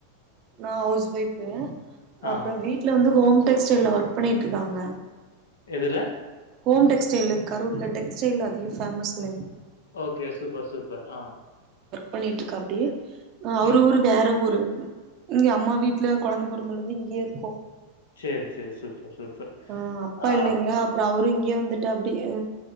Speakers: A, on the right; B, on the left.
A: நா ஹவுஸ் வைஃபு அப்றோ
B: ஆஹா.
A: வீட்ல வந்து ஹோம் டெக்ஸ்டைல்ல ஒர்க் பண்ணிட்ருக்காங்க
B: எதுல
A: ஹோம் டெக்ஸ்டைல்ல கரூர்ல டெக்ஸ்டைல் அதிக ஃபேமஸ்ல்லேங்
B: ஓகே சூப்பர் சூப்பர் ஆ
A: பண்ணிட்ருக்காப்புடி அவ்ரு
B: ம்.
A: ஊரு வேற ஊரு இங்க அம்மா வீட்ல கொழந்த பொறந்தலேந்து இங்கேயே இருக்கோ
B: சேரி சேரி சூப்பர் சூப்பர்
A: ஆ அப்பா
B: ஆ.
A: இல்லைங்ளா அப்றோ அவ்ரு இங்கயே வந்துட்டாப்புடி அ